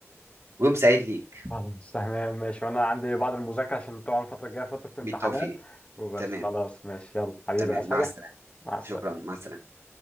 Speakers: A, on the right; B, on the left.
A: ويوم سعيد ليك
B: خلاص تمام ماشي وانا عندي بعض المذاكرة عشان طبعا الفترة الجاية فترة امتحانات
A: بالتوفيق
B: وبس
A: تمام
B: خلاص ماشي يلا حبيبي
A: تمام
B: عايز
A: مع
B: حاجة
A: السلامه
B: مع السلامة
A: شكرا مع السلامه